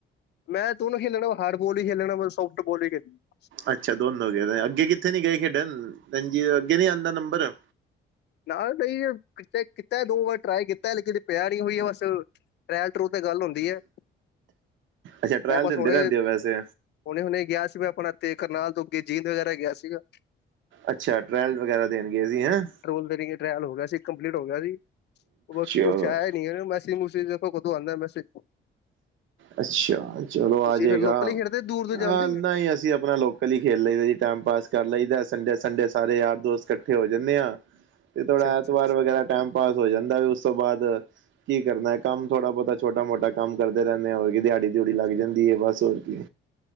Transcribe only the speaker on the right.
ਅੱਛਾ ਦੋਨੋ ਗਏ ਅੱਗੇ ਕਿੱਥੇ ਨੀ ਗਏ ਖੇਡਣ ਅੱਗੇ ਨੀ ਆਉਂਦਾ ਨੰਬਰ।
ਅੱਛਾ ਟਰੈਲ
ਦਿੰਦੇ
ਰਹਿੰਦੇ ਆ ਵੈਸੇ
ਅੱਛਾ ਟ੍ਰੈਲ ਵਗੈਰਾ ਦੇਣ ਗਏ ਸੀ ਹੈਂ।
ਚਲੋ
ਅੱਛਾ ਚਲੋ ਆ
ਜਾਏਗਾ
ਅ
ਨਹੀ ਅਸੀਂ ਆਪਣਾ ਲੋਕ ਕਲੀ ਖੇਡ ਲਈਦਾ ਜੀ ਟਾਈਮ ਪਾਸ ਕਰ ਲਈਦਾ ਸੰਡੇ
ਸੰਡੇ ਸਾਰੇ ਯਾਰ ਦੋਸਤ ਇਕੱਠੇ ਹੋ ਜਾਂਦੇ ਆ। ਤੇ ਥੋੜਾ
ਐਤਵਾਰ
ਵਗੈਰਾ ਟਾਈਮ ਪਾਸ ਹੋ ਜਾਂਦਾ ਵੀ ਉਸ ਤੋਂ ਬਾਅਦ ਕੀ ਕਰਨਾ ਕੰਮ ਥੋੜਾ ਬਹੁਤਾ ਛੋਟਾ ਮੋਟਾ ਕੰਮ ਕਰਦੇ ਰਹਿੰਦੇ ਆ ਉਹੀ ਦਿਹਾੜੀ ਦਿਹੂੜੀ ਲੱਗ
ਜਾਂਦੀ ਹੈ ਬਸ ਹੋਰ ਕੀ